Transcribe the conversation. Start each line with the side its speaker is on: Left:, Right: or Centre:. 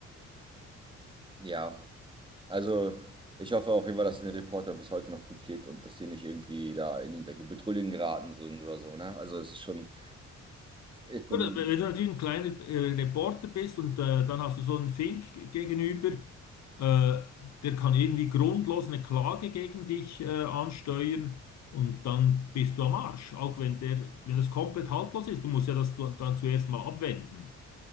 Right: ja. Also, ich hoffe auf jeden Fall, dass es den Reporter bis heute noch gut geht und dass die nicht irgendwie da in irgendwelche Bedrullien geraten sind oder so, ne? Also, es ist schon, ist
Left: Gut,
Right: schon
Left: wenn du natürlich ein kleiner äh, Reporter bist und äh, dann hast du so einen Fink gegenüber, äh, der kann irgendwie grundlos eine Klage gegen dich äh, ansteuern und dann bist du am Arsch, auch wenn der, wenn das komplett haltlos ist. Du musst ja das zu- dann zuerst mal abwenden.